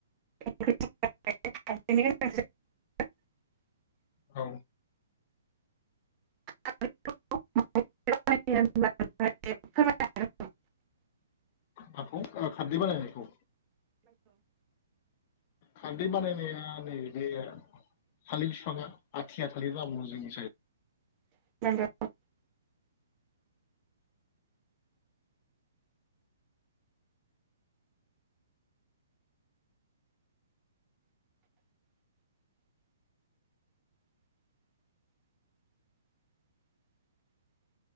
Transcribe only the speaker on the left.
औ
माखौ खारदै बानायनायखौ? खारदै बानायनाया नै बे थालिर फिफाङा आथिया थालिर दाबुंङो जोंनि सायाइ।